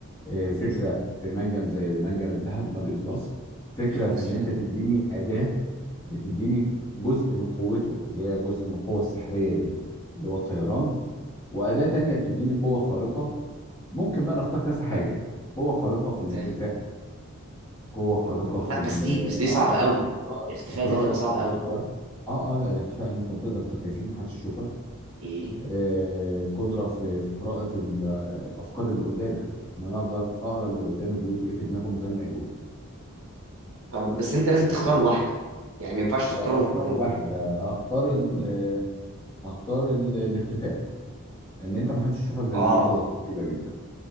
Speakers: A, on the left; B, on the right.
A: آه، فكره
B: م-
A: في منجم زي منجم الذهب ما بيخلص فكره
B: خلاص
A: في ان
B: فعلا
A: انت تديني اداه بتديني جزء من قوته اللي هي جزء من القوه السحريه دي اللي هو الطيران واداه تانية بتديني قوه خارقه ممكن بقى نختار كذا حاجه قوه خارقه في الاختفاء
B: زي
A: قوة خارقة
B: اوبا
A: في
B: لا
A: ال
B: بس دي بس دي صعبة
A: اه
B: قوي
A: قراءة
B: الاتفاقية
A: في قراءة
B: دي هتبقى صعبة
A: الأفكار
B: قوي
A: اه اه لا الاختفاء ان انت تقدر تختفي محدش يشوفك
B: ايه
A: آه قدرة في في قراءة الأفكار اللي قدامك ان انا اقدر اقرا اللي قدامي بيقول ايه في دماغه من غير ما يقول
B: طب بس انت لازم
A: آه
B: تختار واحدة يعني ما ينفعش تختارهم
A: لو اختار
B: كلهم
A: واحدة هختار ال آه، هختار ال- الاختفاء ان انت محدش يشوفك ده
B: اه
A: بيديك قوة رهيبة جدا